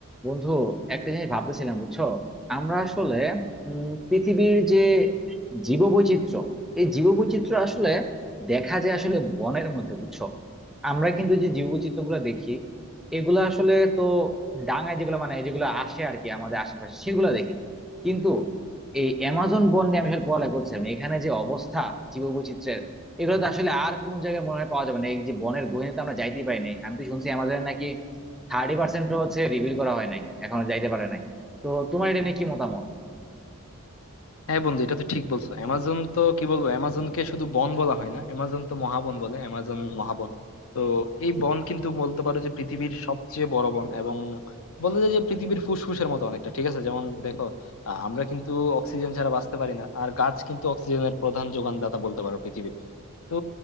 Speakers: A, in the centre; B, on the left.
A: বন্ধু একটা জিনিস ভাবতেছিলাম বুঝছো আমরা আসলে উম পৃথিবীর যে জীববৈচিত্র্য এই জীববৈচিত্র্য আসলে দেখা যায় আসলে বনের মধ্যে বুঝছো আমরা কিন্তু যে জীববৈচিত্র্য গুলো দেখি এগুলো আসলে তো ডাঙায় যেগুলো মানে যেগুলো আসে আর কি আমাদের আশেপাশে সেগুলো দেখি কিন্তু এই অ্যামাজন বন নিয়ে আমি আসলে পড়ালেখা করছিলাম এখানে যে অবস্থা জীববৈচিত্র্যের এগুলো তো আসলে আর কোনো জায়গায় মনে হয় পাওয়া যাবে না এই যে বনের গহীনে তো আমরা যাইতেই পারি নাই আমি তো শুনছি অ্যামাজনে নাকি থার্টি পার্সেন্ট হচ্ছে রিভিল করা হয় নাই এখনো যাইতে পারে নাই তো তোমার এটা নিয়ে কি মতামত
B: হ্যাঁ বন্ধু এটা তো ঠিক বলছো অ্যামাজন তো কি বলবো অ্যামাজনকে শুধু বন বলা হয় না অ্যামাজন তো মহাবন বলে অ্যামাজন মহাবন তো এই বন কিন্তু বলতে পারো যে পৃথিবীর সবচেয়ে বড় বন এবং বলা যায় যে পৃথিবীর ফুসফুসের মতো অনেকটা ঠিক আছে যেমন দেখো আহ, আমরা কিন্তু অক্সিজেন ছাড়া বাঁচতে পারি না আর গাছ কিন্তু অক্সিজেনের প্রধান যোগানদাতা বলতে পারো পৃথিবীর তো